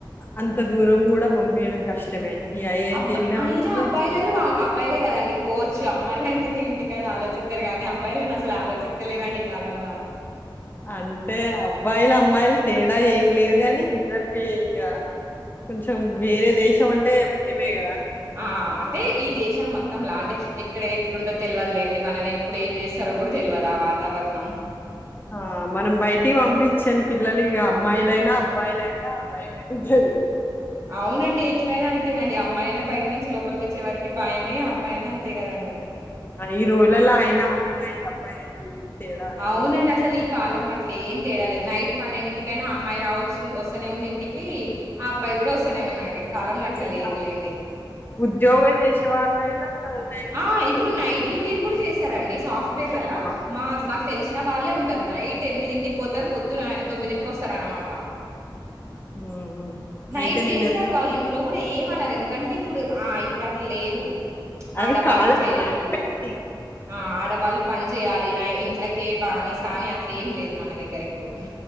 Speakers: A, on the left; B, on the right.
A: అంత దూరం కూడా పంపియడం కష్టమే ఈ ఐఐటీలనే
B: అబ్ అయినా
A: వస్తే
B: అబ్బాయిలలు అబ్బాయిలే కదండి పోవచ్చు అమ్మాయిలు అంటేనే ఇంటికాడ ఆలోచి స్తారు గానీ అబ్బాయిలను అసలు ఆలోచితలేరండి ఈ కాలంల
A: అంటే అబ్బాయిలు అమ్మాయిలు తేడా ఏం లేదు కానీ ఇద్దరు పే ఇగ కొంచెం వేరే దేశం అంటే భయమే గదా!
B: ఆ అంటే ఈ దేశం మ త్తంల అంటే ఎక్కడ ఎట్లుంటో తెలవదులేండి మనని ఎప్పుడు ఏం చేస్తారో కూడా తెలివదు ఆ వాతావరణం
A: ఆ మనం బయటి పంపించాం పిల్లలు ఇగ అమ్మాయిలైనా అబ్బాయిలైనా భయమే ఉంటది
B: అవునండి ఎట్లయినా అంతేనండి అమ్మాయినా బయట నుంచి లోపలికి వచ్చే వరికి భయమే అబ్బాయి అయినా అంతే కదండి
A: ఆ! ఈ రోజులలో అయనా అబ్బాయి అబ్బాయి అని తేడా లేదు
B: అవునండి
A: ఇగ.
B: అసలు ఈ కాలంలో అట్లే ఏం తేడాలెదు నైట్ పన్నెండింటి కైనా అమ్మాయి రావచ్చు వస్తనే ఉంది ఇంటికి అబ్బాయి కూడా వస్తనే ఉన్నాడు ఈ కాలంలో
A: ఇప్పుడు
B: అట్లా లేదులేండి
A: జా ఉద్యోగం చేసే వాళ్ళైనా నైట్
B: ఆ
A: షిఫ్ట్
B: ఇప్పుడు నైట్ డ్యూటీలు కూడా చేస్తారండి సాఫ్ట్వేర్లల్లా
A: అవును.
B: మా నాకు తెలిసిన వాళ్ళే ఉం టరు నైట్ ఎనిమిదింటికి పోతారు పొద్దున తొమ్మిదింటికి వస్తారనమాట
A: హ్మ్. హ్మ్.
B: నైట్
A: అయితే
B: చేస్తారు
A: నేను
B: వాళ్ళ ఇంట్లో కూడా ఏమనరు ఎందుకంటే ఇప్ ఇప్పుడు ఆ ఇప్పుడు అట్లా లేదు
A: అది
B: ఆడవాళ్ళు
A: కాలం
B: చెయొద్దు
A: మారిపోయింది.
B: ఆ ఆడవాళ్ళు పని చేయాలి నా ఇంట్ల కే బానిసా అని అట్లెం లేదు మన దగ్గర ఇప్పుడు